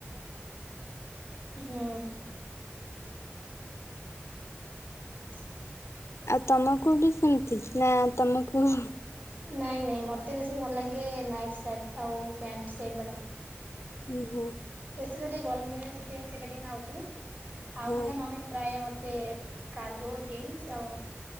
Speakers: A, on the right; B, on the left.
A: ହୁଁ। <inaudible>
B: ଆଉ ତମକୁ ବି ସେମିତି ନା ତମେ କୁହ।
A: ନାଇଁ ନାଇଁ ମତେ ବେଶୀ ଭଲ ଲାଗେ ନାଇଟ୍ ସାର୍ଟ ଆଉ ପ୍ୟାଣ୍ଟ ସେଟ୍ ବାଲା।
B: ଓହୋ।
A: ବେଶୀ କରି ଗରମ ଦିନରେ <unintelligible> ସେଟା ଟିକେ ନାଉଛି ଆଉ
B: ହଁ
A: ହେଲା ନହେଲେ ପ୍ରାୟ ମତେ କାର୍ଗୋ ଜିନ୍ସ ଆଉ